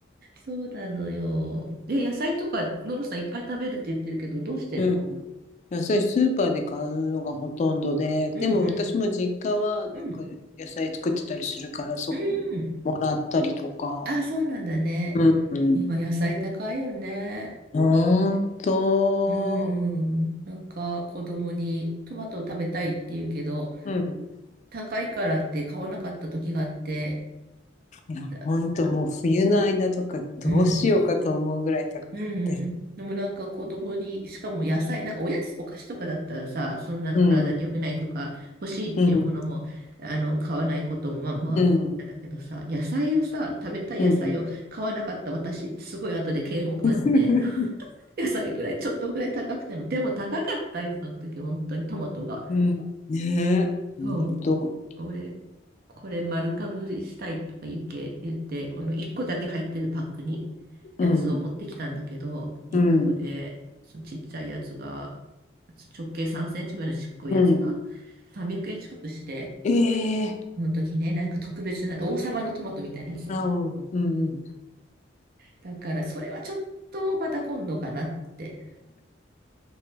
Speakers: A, on the right (about 50°); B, on the left (about 40°).
A: そうなのよ。え、野菜とか、ノブさんいっぱい食べるって言ってるけど、どうしてるの
B: うん、野菜スーパーで買うのがほとんどで、
A: うんうん
B: でも私も実家はなんか野菜作ってたりするから、
A: うん、
B: そこもらったりとか。
A: うん。あ、そうなんだね。
B: うんうん。
A: 今野菜高いよね。
B: ほんと、
A: うーん。なんか子供にトマトを食べたいって言うけど、
B: うん。
A: 高いからって買わなかった時があって、
B: いや、
A: だ
B: ほんともう冬の間とかどうしようかと思うぐらい高くて。
A: うん、うんうん。でもなんか子供に、しかも野菜、なんかおやつ、お菓子とかだったらさ、そんなの体に良くないとか、
B: うん、
A: 欲しいっていうものも、
B: うん、
A: あの、買わないことも、まあまあ、
B: うん、
A: だけどさ、野菜をさ、食べたい野菜を買わなかった私ってすごい後で嫌悪感にね、
B: うん。<laughs>
A: <laughs> 野菜ぐらい、ちょっとぐらい高くても、でも高かったよ、その時、本当にトマトが。
B: うん。ねえ、
A: そう
B: ほんと。
A: 俺、これ丸かぶりしたいとか言うけ、言って、この1個だけ入ってるパックにやつを持ってきたんだけど、
B: うん、
A: 1個で、
B: うん、
A: そのちっちゃいやつが、直径3センチぐらいのちっこいやつが
B: うん。
A: 300円近くして、
B: ええ
A: その時ね、なんか特別な、王様のトマトみたいなやつだったの。
B: あ、うん、うん、うん。
A: だから、それはちょっとまた今度かなって。